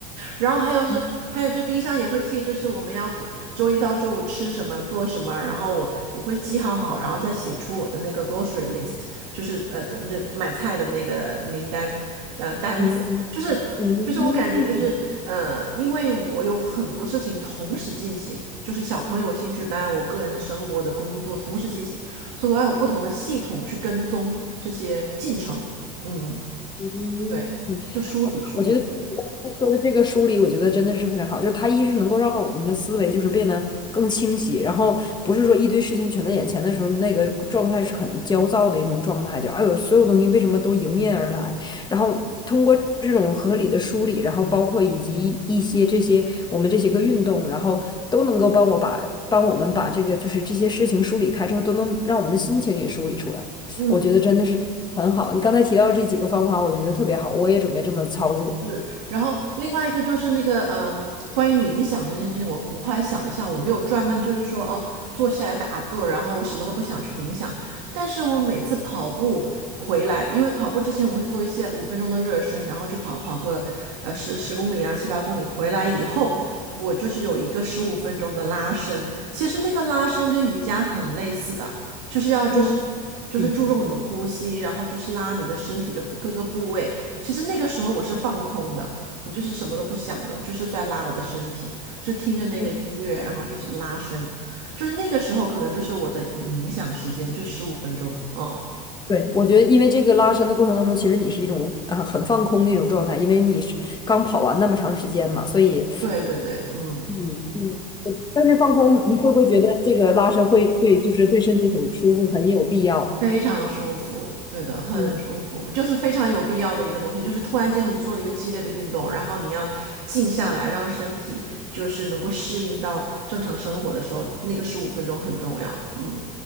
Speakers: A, on the right; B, on the left.
A: 然后还有是，
B: 嗯
A: 还有就冰箱也会贴，就是我们要做周一到周五吃什么，做什么，然后我我会记好好，然后再写出我的那个 grocery list，就是呃那买菜的那个名单呃单子，
B: 嗯
A: 就是就是我感觉就是呃，
B: 嗯嗯
A: 因为我有很多事情同时进行，就是小朋友兴趣班，我个人的生活的工作同时进行，所以我要有不同的系统去跟踪这些进程，嗯，
B: 嗯。
A: 对，就梳理梳理，
B: 我觉得你说的这个梳理，我觉得真的是非常好。就是它一是能够让我们的思维就是变得更清晰，然后不是说一堆事情全在眼前的时候，那个状态是很焦躁的一种状态，就哎呦，所有东西为什么都迎面而来？然后通过这种合理的梳理，然后包括以及一些这些我们这些个运动，然后都能够帮我把帮我们把这个就是这些事情梳理开之后，都能让我们的心情也梳理出来。
A: 嗯。
B: 我觉得真的是。很好。你刚才提到这几个方法，我觉得特别好，我也准备这么操作。
A: 是，然后另外一个就是那个，嗯，关于冥想这件事情，我我后来想一下，我没有专门就是说，哦，坐下来打坐，然后我什么都不想去冥想，但是我每次跑步回来，因为跑步之前我会做一些五分钟的热身，然后去跑跑个呃十十公里啊七八公里，回来以后我就是有一个十五分钟的拉伸，其实那个拉伸跟瑜伽很类似的，就是要就是。
B: 嗯
A: 就是注重你的呼吸，
B: 嗯
A: 然后就是拉你的身体的各个部位，其实那个时候我是放空的，我就是什么都不想的，就是在拉我的身体，就听着那个音乐，
B: 嗯，
A: 然后就是拉伸，就是那个时候可能就是我的冥想时间，就十五分钟。嗯，
B: 对，我觉得因为这个拉伸的过程当中，其实你是一种啊、呃很放空的一种状态，因为你是刚跑完那么长时间嘛，所以
A: 对对对，嗯，
B: 嗯嗯。我但是放空，你会不会觉得这个拉伸会对，就是对身体很舒服，很有必要？
A: 非常舒服，对的，很舒服，
B: 嗯
A: 就是非常有必要的一个东西，就是突然间你做了一个激烈的运动，然后你要静下来，让身体就是能够适应到正常生活的时候，那个十五分钟很重要。嗯